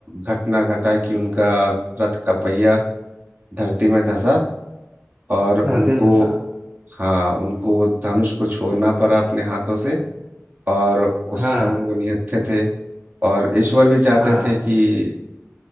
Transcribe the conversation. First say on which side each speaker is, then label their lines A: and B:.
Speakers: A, on the right (about 40°); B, on the right (about 25°).
A: घटना घटा कि उनका रथ का पहिया धरती में धंसा और उनको
B: धरती में धंसा
A: हाँ उनको धनुष को छोड़ना पड़ा अपने हाथों से और उस
B: हाँ
A: समय वो निहत्थे थे और ईश्वर भी चाहते
B: हाँ
A: थे कि